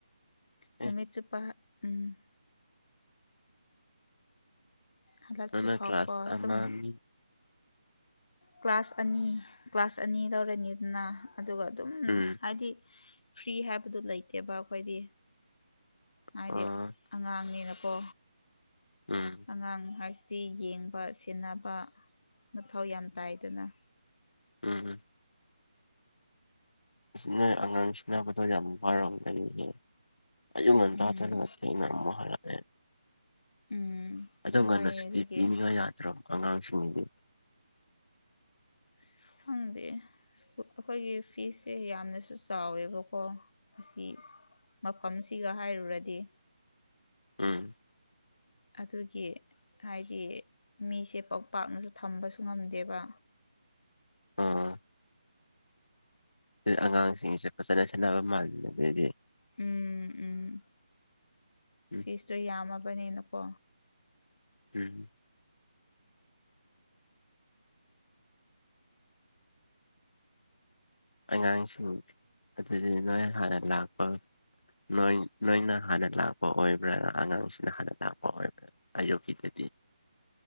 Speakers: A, on the left (about 55°); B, on the left (about 70°).
A: ꯅꯨꯃꯤꯠ
B: ꯑꯦ
A: ꯆꯨꯞꯄ ꯎꯝ ꯍꯜꯂꯛꯇ꯭ꯔꯤꯐꯥꯎꯀꯣ
B: ꯅꯪꯅ ꯀ꯭ꯂꯥꯁ
A: ꯑꯗꯨꯝ
B: ꯑꯃ ꯃꯤ
A: ꯀ꯭ꯂꯥꯁ ꯑꯅꯤ ꯀ꯭ꯂꯥꯁ ꯑꯅꯤ ꯂꯧꯔꯅꯤꯗꯅ ꯑꯗꯨꯒ ꯑꯗꯨꯝ
B: ꯎꯝ
A: ꯍꯥꯏꯗꯤ ꯐ꯭ꯔꯤ ꯍꯥꯏꯕꯗꯣ ꯂꯩꯇꯦꯕ ꯑꯩꯈꯣꯏꯗꯤ ꯍꯥꯏꯗꯤ
B: ꯑꯣ
A: ꯑꯉꯥꯡꯅꯦꯅ ꯀꯣ
B: ꯎꯝ
A: ꯑꯉꯥꯡ ꯍꯥꯏꯁꯤꯗꯤ ꯌꯦꯡꯕ ꯁꯦꯟꯅꯕ ꯃꯊꯧ ꯌꯥꯝ ꯇꯥꯏꯗꯅ
B: ꯎꯝ ꯅꯣꯏ ꯑꯉꯥꯡ ꯁꯦꯟꯅꯕꯗꯣ ꯌꯥꯝ ꯋꯥꯔꯝꯒꯅꯤ ꯍꯦ ꯑꯌꯨꯛ ꯉꯟꯇꯥ
A: ꯎꯝ
B: ꯆꯠꯂꯒ ꯊꯦꯡꯅ ꯑꯃꯨꯛ ꯍꯜꯂꯛꯑꯦ
A: ꯎꯝ
B: ꯑꯗꯣ ꯉꯟꯅ
A: ꯋꯥꯏꯑꯦ
B: ꯁꯨꯇꯤ
A: ꯑꯗꯨꯒꯤ
B: ꯄꯤꯅꯤꯉꯥꯏ ꯌꯥꯗ꯭ꯔꯣ ꯑꯉꯥꯡꯁꯤꯡꯒꯤꯗꯤ
A: ꯑꯁ ꯈꯪꯗꯦ ꯑꯩꯈꯣꯏꯒꯤ ꯐꯤꯁꯁꯦ ꯌꯥꯝꯅꯁꯨ ꯆꯥꯎꯋꯦꯕꯀꯣ ꯑꯁꯤ ꯃꯐꯝꯁꯤꯒ ꯍꯥꯏꯔꯨꯔꯗꯤ
B: ꯎꯝ
A: ꯑꯗꯨꯒꯤ ꯍꯥꯏꯗꯤ ꯃꯤꯁꯦ ꯄꯥꯛ ꯄꯥꯛꯅꯖꯨ ꯊꯝꯕꯁꯨ ꯉꯝꯗꯦꯕ
B: ꯑꯥ ꯑꯗꯨ ꯑꯉꯥꯡꯁꯤꯡꯁꯦ ꯐꯖꯅ ꯁꯦꯟꯅꯕ ꯃꯥꯜꯂꯤꯗꯨꯗꯤ
A: ꯎꯝ ꯎꯝ
B: ꯎꯝ
A: ꯐꯤꯁꯇꯣ ꯌꯥꯝꯃꯕꯅꯤꯅꯀꯣ
B: ꯎꯝ ꯑꯉꯥꯡꯁꯤꯡ ꯑꯗꯨꯗꯤ ꯅꯣꯏ ꯍꯥꯟꯅ ꯂꯥꯛꯄ ꯅꯣꯏ ꯅꯣꯏꯅ ꯍꯥꯟꯅ ꯂꯥꯛꯄ ꯑꯣꯏꯕ꯭ꯔꯥ ꯑꯉꯥꯡꯁꯤꯅ ꯍꯥꯟꯅ ꯂꯥꯛꯄ ꯑꯣꯏꯕ꯭ꯔꯥ ꯑꯌꯨꯛꯀꯤꯗꯗꯤ